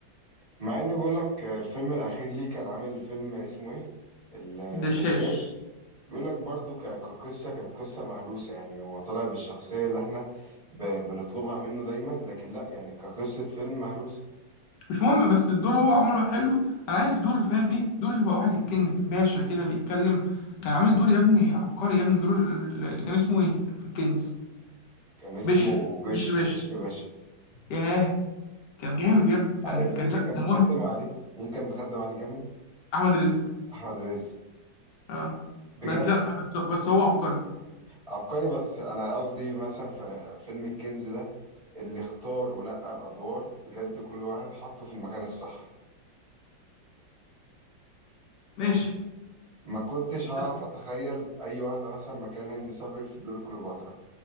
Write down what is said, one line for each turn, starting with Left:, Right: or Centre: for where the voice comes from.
Right: مع اني بقول لك الفيلم الاخير ليه كان عامل فيلم اسمه ايه الدشاش
Left: دشاش
Right: بيقول لك برضو ك- كقصه كانت قصه مهروسه يعني هو طلع بالشخصيه اللي احنا ب- بنطلبها منه دايما لكن لا يعني كقصه فيلم مهروسه
Left: مش مهم بس الدور هو عمله حلو انا عايز دور فاهم ايه دور شبه واحد الكنز باشا كده بيتكلم كان عامل دور يا ابني عبقري يا ابني دور ال- كان اسمه ايه في الكنز
Right: كان اسمه
Left: بشر
Right: بشر
Left: بشر باشا
Right: بشر باشا
Left: ياه كان جامد يا ابني كان
Right: عارف
Left: كان
Right: مين اللي
Left: لا
Right: كان
Left: كان
Right: مخدم
Left: مهد
Right: عليه مين كان مخدم عليه جامد
Left: احمد رزق
Right: احمد رزق
Left: اه
Right: بجد
Left: بس لا بس بس هو عبقري
Right: عبقري بس انا قصدي إيه مثلا في فيلم الكنز ده اللي اختار ونقى الادوار بجد كل واحد حطه في المكان الصح
Left: ماشي
Right: ما كنتش هعرف
Left: بس
Right: أتخيل أي واحدة مثلا مكان هند صبري في دور كليوباترا